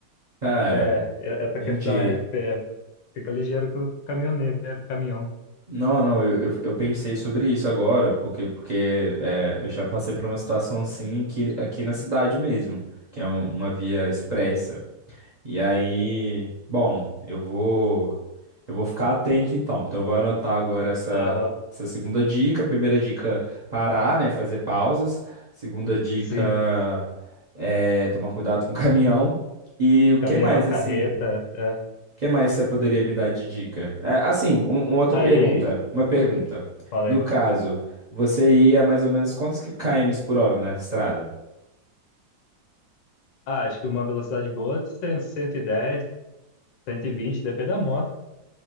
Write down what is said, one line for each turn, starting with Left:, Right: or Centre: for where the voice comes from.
Right: Cara,
Left: É, e-
Right: entendi.
Left: essa questão é respeito. Fica ligeiro com o caminhoneiro, caminhão.
Right: Não, não, eu, eu, eu pensei sobre isso agora, porque, porque é, eu já passei por uma situação assim aqui, aqui na cidade mesmo, que é um- uma via expressa. E aí, bom, eu vou eu vou ficar atento então. Então eu vou anotar agora essa
Left: Aham,
Right: essa segunda dica. Primeira dica, parar, né, fazer pausas. Segunda dica
Left: sim.
Right: é tomar cuidado com o <laughs> caminhão. E o que
Left: Caminhão,
Right: mais
Left: carreta,
Right: assim? O
Left: é.
Right: que mais você poderia me dar de dica? É, assim, um- uma outra
Left: Aí,
Right: pergunta, uma pergunta.
Left: falei,
Right: No caso, você ia mais ou menos quantos km por hora na estrada?
Left: ah, acho que uma velocidade boa, é cem, cento e dez, cento e vinte depende da moto.